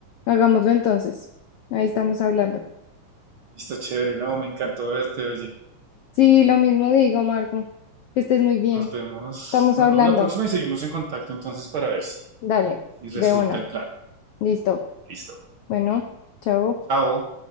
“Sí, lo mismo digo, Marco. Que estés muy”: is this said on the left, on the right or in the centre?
Left